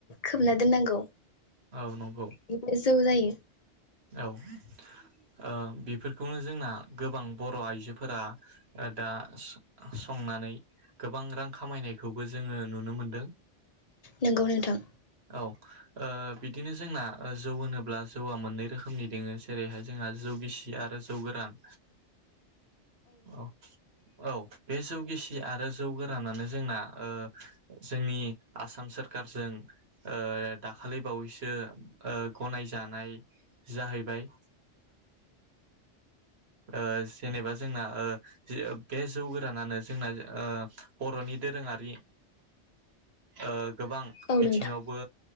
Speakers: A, on the left; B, on the right.
A: खोबना दोननांगौ।
B: औ नंगौ
A: बिदिनो जौ जायो।
B: औ ओ बेफोर बेखौनो जोंना गोबां बर' आइजोफोरा दा संनानै गोबां रां खामायनायखौबो जोङो नुनो मोनदों।
A: नोंगौ नोंथां।
B: औ ओ बिदिनो जोंना जौ होनोब्ला जौआ मोननै रोखोमनि दोङो जेरैहाय जोंहा जौ गिसि आरो जौ गोरान। औ औ। बे जौ गेसि आरो जौ गोरानानो जोंना ओ जोंनि आसाम सोरखारजों ओ दाखालि बावैसो ओ गनायजानाय जाहैबाय। ओ जेनेबा जोंना ओ जिये बे जौ गोरानानो जोंना ओ बर'नि दोरोङारि ओ गोबां
A: औ
B: बिथिङावबो
A: नोंथां